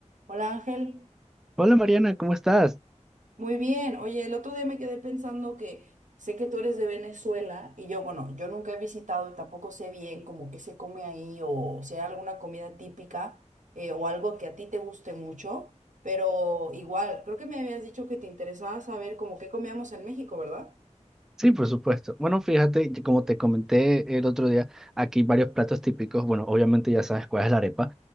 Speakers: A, on the right; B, in the centre.
A: Hola Ángel,
B: Hola Mariana, ¿cómo estás?
A: muy bien. Oye, el otro día me quedé pensando que sé que tú eres de Venezuela y yo, bueno, yo nunca he visitado y tampoco sé bien como qué se come ahí o si hay alguna comida típica eh, o algo que a ti te guste mucho, pero igual, creo que me habías dicho que te interesaba saber como qué comíamos en México, ¿verdad?
B: Sí, por supuesto. Bueno, fíjate, y como te comenté el otro día, aquí varios platos típicos. Bueno, obviamente ya sabes cuál es la arepa.